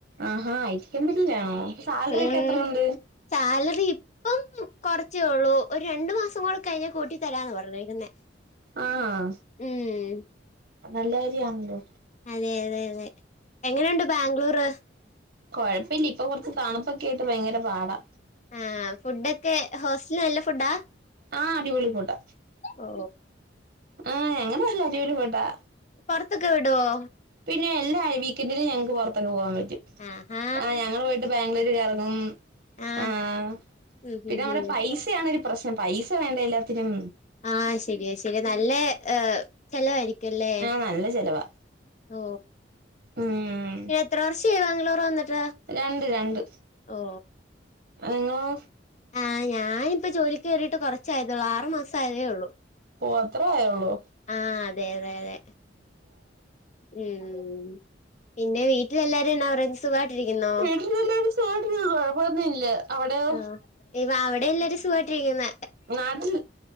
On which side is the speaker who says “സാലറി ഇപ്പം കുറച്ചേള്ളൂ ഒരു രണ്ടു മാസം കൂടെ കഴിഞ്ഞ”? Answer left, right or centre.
Left